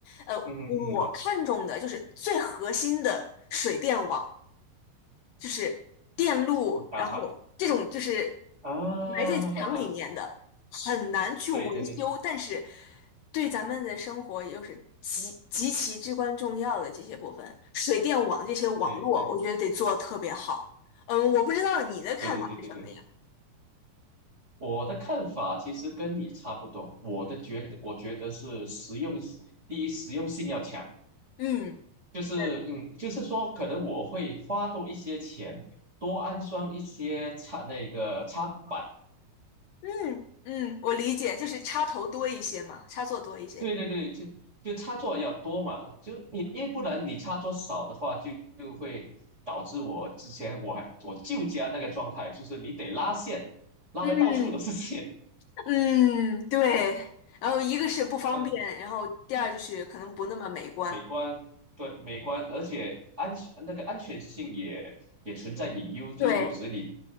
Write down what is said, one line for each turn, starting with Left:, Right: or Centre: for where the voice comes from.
Left: 呃，
Right: 嗯嗯
Left: 我看重的就是最核心的水电网。就是电路，
Right: 嗯，啊哈
Left: 然后这种就是
Right: 啊，
Left: 埋在墙里面的，
Right: 哈哈哈，
Left: 很难去维修，
Right: 对对对
Left: 但是对咱们的生活也就是极极其至关重要的这些部分，水电网这些网络，
Right: 对对
Left: 我觉得得做得特别好。嗯，我不知道你的看法是什么呀？
Right: 对对对对对，我的看法其实跟你差不多。我的觉得，我觉得是实用，第一实用性要强，
Left: 嗯，
Right: 就是嗯，
Left: 对，
Right: 就是说可能我会花多一些钱，多安装一些插那个插板。
Left: 嗯嗯，我理解，就是插头多一些嘛，插座多一些。
Right: 对对对，就就插座要多嘛，就你要不然你插座少的话，就就会导致我之前我还我舅家那个状态，就是你得拉线，拉的到处都是线，
Left: 嗯嗯，对。然后一个是不方便，
Right: 嗯。
Left: 然后第二就是可能不那么美观。
Right: 美观，对，美观，而且安全那个安全性也也存在隐忧，就有时你
Left: 对，